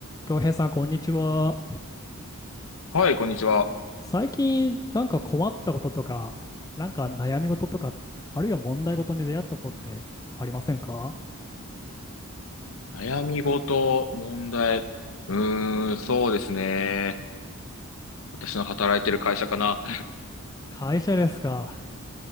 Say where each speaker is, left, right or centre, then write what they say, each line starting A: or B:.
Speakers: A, on the left; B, on the left.
A: 京平さん、こんにちは。
B: はい、こんにちは。
A: 最近、なんか困ったこととか、なんか悩み事とか、あるいは問題事に出会ったことってありませんか
B: 悩み事、問題。うーん、そうですね。私の働いてる会社かな。
A: 会社ですか。